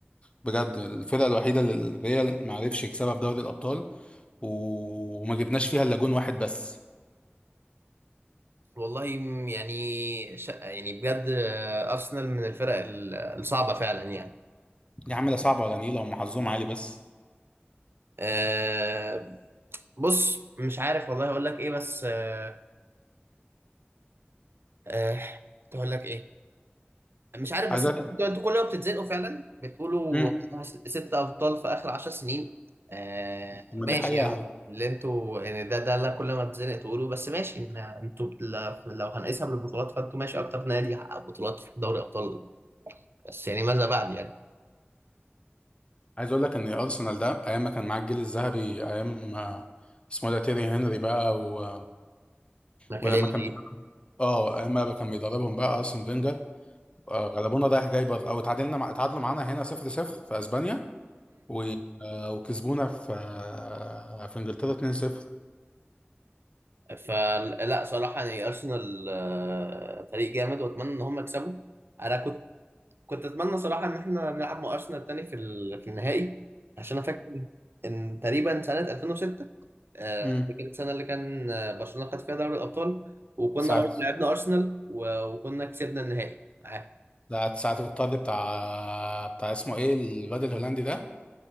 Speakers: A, on the left (about 25°); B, on the right (about 65°).
A: بجد الفرقه الوحيده اللي الريال ما عرفش يكسبها في دوري الابطال و- وما جبناش فيها الا جون واحد بس
B: والله م- يعني ش... يعني بجد آه، ارسنال من الفرق ال- الصعبه فعلا يعني
A: يا عم لا صعبه ولا نيله هم حظهم عالي بس
B: أه بص مش عارف والله اقول لك ايه بس أه آه، اقول لك ايه مش عارف
A: عايز
B: بس
A: اقول لك
B: انتوا انتوا كل ما بتتزنقوا فعلا بتقولوا
A: امم
B: س- ست ابطال في اخر عشر سنين أه
A: ما
B: ماشي
A: دي حقيقه
B: يا عم اللي انتوا يعني ده ده اللي كل ما تتزنق تقولوا بس ماشي ما انتوا ل- لو هنقيسها بالبطولات فانتوا ماشي اكتر نادي حقق بطولات في دوري ابطال بس يعني ماذا بعد يعني
A: عايز اقول لك ان ارسنال ده ايام ما كان معاه الجيل الذهبي ايام آه، اسمه إيه ده تيري هنري بقى و...
B: ماكاليلي
A: ولما كان بيدرب اه ايام ما كان بيدربهم بقى ارسن فينجر آه، غلبونا رايح جاي برضه او اتعادلنا مع... اتعادلوا معانا هنا 0 0 في اسبانيا و... آه، وكسبونا في آه، في انجلترا 2 0
B: فلا صراحة يعني أرسنال آه، فريق جامد وأتمنى إن هم يكسبوا أنا كنت كنت أتمنى صراحة إن إحنا نلعب مع أرسنال تاني في ال- في النهائي عشان أنا فاكر إن تقريبا سنة 2006 آه،
A: امم
B: دي كانت السنة اللي كان آه، برشلونة خد فيها دوري الأبطال وكنا
A: ساعة
B: برضه لعبنا أرسنال و- وكنا كسبنا النهائي معاه
A: ده ساعة الطرد بتاع بتاع اسمه ايه الواد الهولندي ده